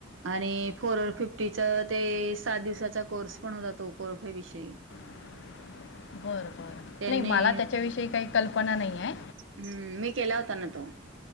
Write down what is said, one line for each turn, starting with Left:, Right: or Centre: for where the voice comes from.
Right: आणि फोर फिफ्टीचा ते सात दिवसाचा कोर्स पण होत तो कोरफेविषयी.
Left: <unintelligible> ब बर
Right: त्यांनी
Left: नाही मला त्याच्याविषयी काही कल्पना नाही आहे.
Right: हम्म मी केला होता ना तो.